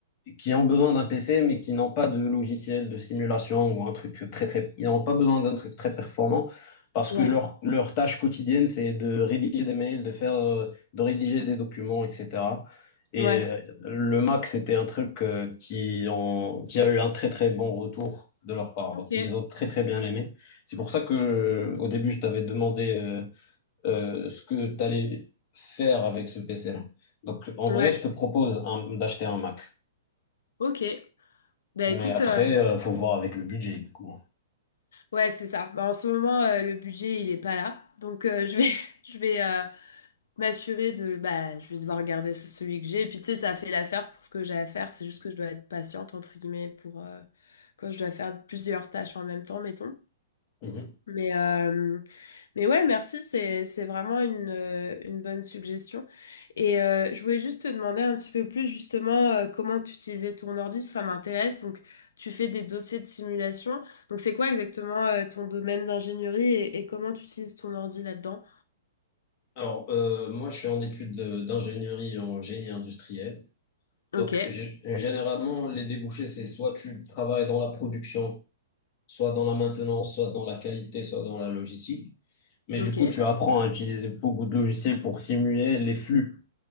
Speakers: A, on the left; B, on the left.
A: qui ont besoin d'un PC, mais qui n'ont pas de logiciel de simulation ou un truc très, très, ils n'ont pas besoin d'un truc très performant parce
B: Ouais,
A: que leur, leur tâche quotidienne, c'est de rédiger des mails, de faire, euh, de rédiger des documents, etc. Et
B: ouais,
A: euh, le Mac, c'était un truc euh, qui, ont, qui a eu un très, très bon retour de leur part.
B: ok,
A: Donc, ils ont très, très bien aimé. C'est pour ça que, euh, au début, je t'avais demandé euh, euh, ce que tu allais faire avec ce PC-là. Donc, en
B: ouais,
A: vrai, je te propose un- d'acheter un Mac.
B: ok. Bah
A: Mais
B: écoute,
A: après,
B: euh,
A: euh, faut voir avec le budget, du coup.
B: ouais, c'est ça. Bah, en ce moment, euh, le budget, il est pas là, donc euh, je vais, <laughs> je vais, euh, m'assurer de, bah, je vais devoir regarder ce- celui que j'ai. Et puis, tu sais, ça fait l'affaire pour ce que j'ai à faire. C'est juste que je dois être patiente, entre guillemets, pour euh, quand je dois faire plusieurs tâches en même temps, mettons.
A: Mhm.
B: Mais, euh, mais ouais, merci, c'est, c'est vraiment une, euh, une bonne suggestion. Et euh, je voulais juste te demander un petit peu plus justement euh, comment tu utilisais ton ordi, ça m'intéresse. Donc, tu fais des dossiers de simulation. Donc, c'est quoi exactement euh, ton domaine d'ingénierie et, et comment tu utilises ton ordi là-dedans?
A: Alors, euh, moi, je suis en études de- d'ingénierie en génie industriel.
B: Ok,
A: Donc, gé- généralement, les débouchés, c'est soit tu travailles dans la production, soit dans la maintenance, soit dans la qualité, soit dans la logistique. Mais
B: ok.
A: du coup, tu apprends à utiliser beaucoup de logiciels pour simuler les flux.